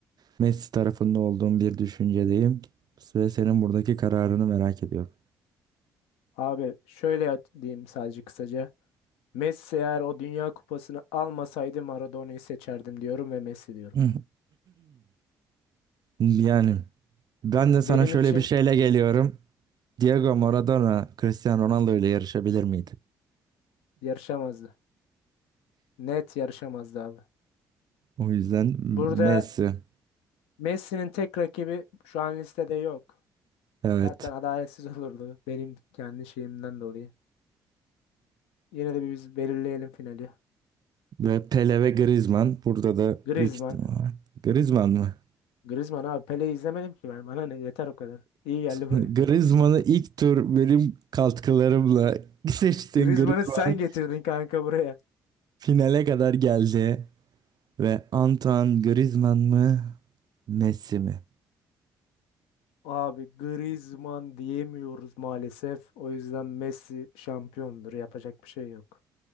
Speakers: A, on the right; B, on the left.
A: Messi tarafında olduğum bir düşüncedeyim ve senin buradaki kararını merak ediyorum.
B: Abi şöyle diyeyim sadece kısaca. Messi eğer o Dünya Kupası'nı almasaydı Maradona'yı seçerdim diyorum ve Messi diyorum.
A: <clears throat> Yani ben de
B: Benim
A: sana şöyle
B: için
A: bir şeyle geliyorum. Diego Maradona Cristiano Ronaldo ile yarışabilir miydi?
B: yarışamazdı. Net yarışamazdı abi.
A: O yüzden
B: Burada
A: Messi.
B: Messi'nin tek rakibi şu an listede yok.
A: Evet.
B: Zaten adaletsiz <laughs> olurdu benim kendi şeyimden dolayı. Yine de bir biz belirleyelim finali.
A: Ve Pele ve Griezmann. Burada da
B: Griezmann.
A: büyük ihtimal. Griezmann mı?
B: Griezmann abi Pele'yi izlemedim ki ben. Bana ne yeter o kadar. İyi geldi
A: Griezmann'ı
B: buraya.
A: ilk tur benim katkılarımla <laughs> seçtiğin
B: Griezmann'ı
A: Griezmann
B: sen getirdin kanka buraya.
A: finale kadar geldi. Ve Antoine Griezmann mı Messi mi?
B: Abi Griezmann diyemiyoruz maalesef. O yüzden Messi şampiyondur. Yapacak bir şey yok.